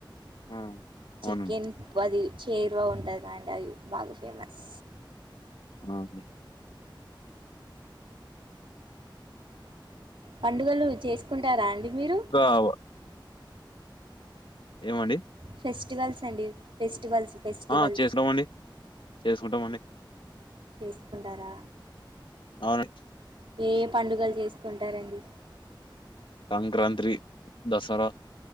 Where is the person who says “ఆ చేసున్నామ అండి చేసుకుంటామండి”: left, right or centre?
Left